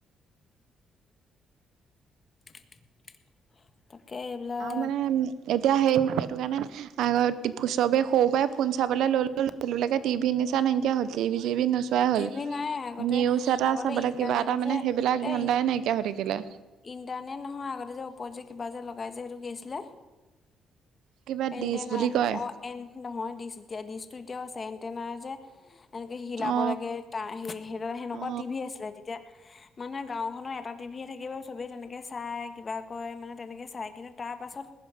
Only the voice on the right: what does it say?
আৰু মানে এতিয়া সেই সেইটো কাৰণে আগত চবে সৰু পৰাই ফোন চাবলৈ লৈ লৈ ল'লে টিভিৰ নিচা নাইকিয়া হ'ল টিভি চিভি নোচো নোপোৱাই
হ'ল।
নিউজ এটা
চাবলে
কিবা এটা মানে সেইবিলাক
ধানদাই নাইকিয়া হৈ থাকিলে।
কিবা
ডিচ বুলি কয়
অ
অ